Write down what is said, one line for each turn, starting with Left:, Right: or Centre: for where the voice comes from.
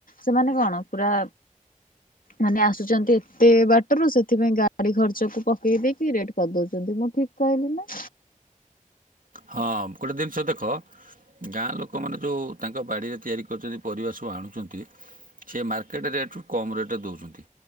Left: ସେମାନେ କଣ ପୁରା ମାନେ ଆସୁଛନ୍ତି ଏତେ ବାଟରୁ ସେଥିପାଇଁ ଗାଡି ଖର୍ଚ୍ଚକୁ ପକାଇ ଦେଇକି ରେଟ୍ କରିଦେଉଛନ୍ତି। ମୁଁ ଠିକ୍ କହିଲି ନା।
Right: ହଁ ଗୋଟେ ଜିନିଷ ଦେଖ। ଗାଁ ଲୋକମାନେ ଯୋଉ ତାଙ୍କ ବାଡିରେ ତିଆରି କରୁଛନ୍ତି। ପରିବା ସବୁ ଆଣୁଛନ୍ତି। ସେ ମାର୍କେଟ୍ ରେଟେ ରୁ କମ୍ ରେଟେ ରେ ଦେଉଛନ୍ତି।